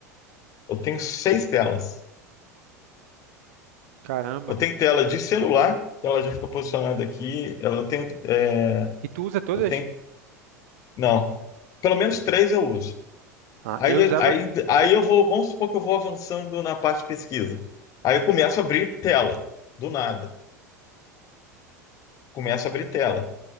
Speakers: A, on the left; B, on the right.
A: eu tenho seis telas.
B: Caramba.
A: Eu tenho tela de celular, que ela já fica posicionada aqui. ela- Eu tenho, é,
B: E tu usa todas?
A: eu tenho, não, pelo menos três eu uso.
B: Ah,
A: Aí,
B: eu usava.
A: aí, aí eu vou, vamos supor que eu vou avançando na parte de pesquisa. Aí eu começo a abrir tela, do nada. Começo a abrir tela.